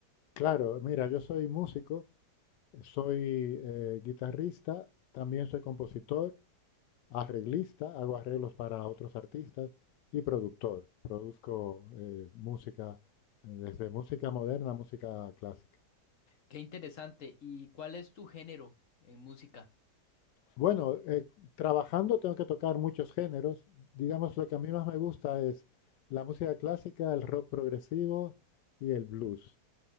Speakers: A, on the left (about 85°); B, on the left (about 50°).
A: Claro, mira, yo soy músico, soy eh, guitarrista, también soy compositor, arreglista, hago arreglos para otros artistas y productor. Produzco eh, música, eh, desde música moderna a música clásica.
B: Qué interesante. ¿Y cuál es tu género en música?
A: Bueno, eh, trabajando tengo que tocar muchos géneros. Digamos, lo que a mí más me gusta es la música clásica, el rock progresivo y el blues.